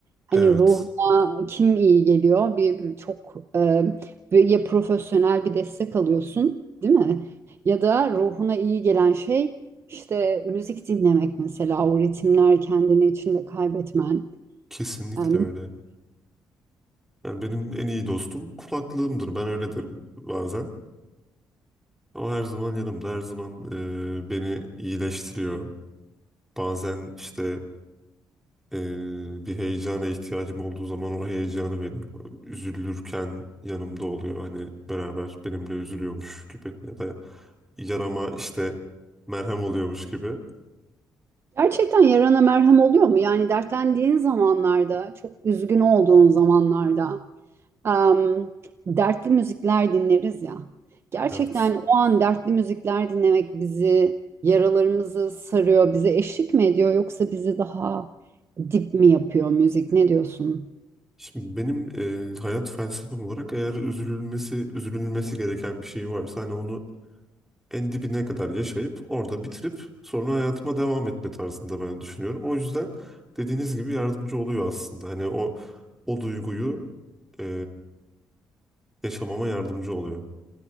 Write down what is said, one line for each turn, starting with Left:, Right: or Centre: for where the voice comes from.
Right: Hani
Centre: Evet
Right: ruhuna kim iyi geliyor? Bir bir- çok e, bir- ya profesyonel bir destek alıyorsun, değil mi? Ya da ruhuna iyi gelen şey işte müzik dinlemek mesela o ritimler kendini içinde kaybetmen.
Centre: kesinlikle
Right: Yani
Centre: öyle. Yani benim en iyi dostum kulaklığımdır ben öyle derim bazen. O her zaman yanımda her zaman e, beni iyileştiriyor. Bazen işte Ee, bir heyecana ihtiyacım olduğu zaman o heyecanı veriyor. Üzülürken yanımda oluyor. Hani beraber benimle üzülüyormuş gibi ya da yarama işte merhem oluyormuş gibi.
Right: Gerçekten yarana merhem oluyor mu? Yani dertlendiğin zamanlarda, çok üzgün olduğun zamanlarda, em, dertli müzikler dinleriz ya. Gerçekten
Centre: Evet.
Right: o an dertli müzikler dinlemek bizi, yaralarımızı sarıyor, bize eşlik mi ediyor yoksa bizi daha dip mi yapıyor müzik? Ne diyorsun?
Centre: Şimdi benim e, hayat felsefem olarak eğer üzülülmesi üzülülmesi gereken bir şey varsa hani onu en dibine kadar yaşayıp orada bitirip sonra hayatıma devam etme tarzında ben düşünüyorum. O yüzden dediğiniz gibi yardımcı oluyor aslında. Hani o o duyguyu e, yaşamama yardımcı oluyor.